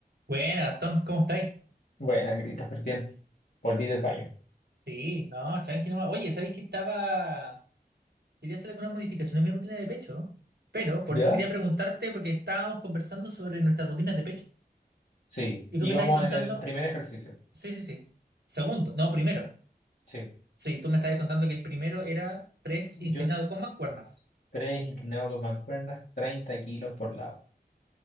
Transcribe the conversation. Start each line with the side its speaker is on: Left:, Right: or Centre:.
Right: Bueno, Gastón, ¿cómo estáis?
Left: Buena, Christopher, bien. Volví del baño.
Right: Sí, no, tranqui nomás. Oye, ¿sabéis que estaba... Quería hacer alguna modificación a mi rutina de pecho, pero por
Left: ¿Ya?
Right: eso quería preguntarte, porque estábamos conversando sobre nuestras rutinas de pecho.
Left: Sí,
Right: Y tú
Left: íbamos
Right: me estabas contando...
Left: en el primer ejercicio.
Right: Sí, sí, sí. Segundo, no, primero.
Left: Sí,
Right: Sí, tú me estabas contando que el primero era press inclinado
Left: yo
Right: con mancuernas.
Left: tres inclinado con mancuernas, 30 kilos por lado.